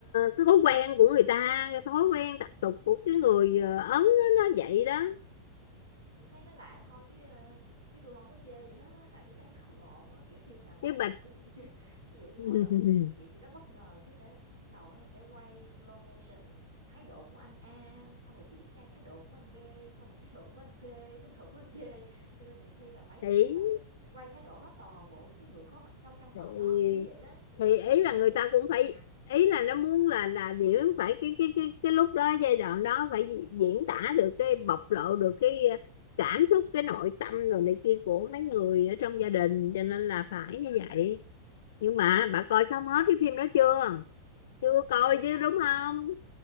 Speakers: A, on the left; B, on the right.
A: cái thói quen của người ta cái thói quen tập tục của cái người ờ, Ấn á, nó vậy đó
B: tôi thấy nó lạ thôi chứ, ơ, chứ tôi không có chê gì hết á, tại tôi thấy nó <laughs> ngộ á, kiểu như là, mỗi
A: cái
B: lần
A: bạch
B: ví dụ như <laughs> ví dụ như
A: <laughs>
B: mỗi lần có cái sự kiện gì đó bất ngờ cái sẽ bắt đầu á sẽ quay slow motion thái độ của anh A, xong rồi chuyển sang thái độ của anh B, xong rồi <laughs> thái độ của anh C, thái độ của anh D, cho nên nhiều khi là phải
A: thì
B: phải phải quay thái độ hết toàn bộ những cái người có mặt trong căn phòng
A: thì
B: đó, kiểu vậy đó, thì
A: thì
B: thấy nó
A: ý
B: mắc cười,
A: là người ta cũng
B: này
A: phải
B: nọ.
A: ý là nó muốn là là điểm phải cái cái cái cái lúc đó giai đoạn đó phải di- diễn tả được cái bộc lộ được cái ờ, cảm xúc cái nội tâm rồi này kia của mấy người ở trong gia đình cho nên là phải như vậy nhưng mà bà coi xong hết cái phim đó chưa chưa
B: Bạn
A: coi
B: nghĩ
A: chứ
B: sao
A: đúng
B: vậy?
A: không